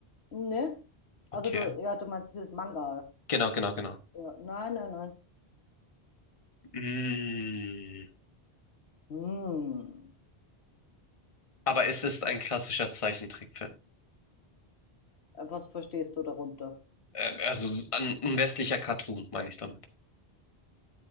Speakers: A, on the left (about 75°); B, on the left (about 30°).
A: ne? Also
B: Okay.
A: du, ja, du meinst dieses Manga.
B: Genau, genau, genau.
A: Ja, nein, nein, nein.
B: Mm.
A: Hm.
B: Aber es ist ein klassischer Zeichentrickfilm.
A: Äh, Was verstehst du darunter?
B: Äh, Also s- ein, ein westlicher Cartoon, meine ich damit.